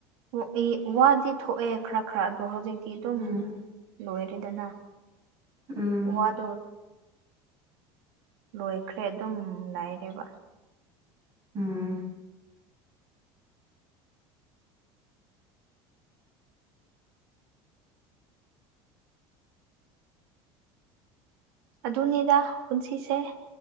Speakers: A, on the right; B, on the right.
A: ꯋꯨ ꯏ ꯋꯥꯗꯤ ꯊꯣꯛꯑꯦ ꯈꯔ ꯈꯔ ꯑꯗꯣ ꯍꯧꯖꯤꯛꯇꯤ ꯁꯤ ꯑꯗꯨꯝ
B: ꯎꯝ
A: ꯂꯣꯏꯔꯦꯗꯅ
B: ꯎꯝ
A: ꯋꯥꯗꯣ ꯂꯣꯏꯈ꯭ꯔꯦ ꯑꯗꯨꯝ ꯉꯥꯏꯔꯦꯕ
B: ꯎꯝ
A: ꯑꯗꯨꯅꯤꯗ ꯄꯨꯟꯁꯤꯁꯦ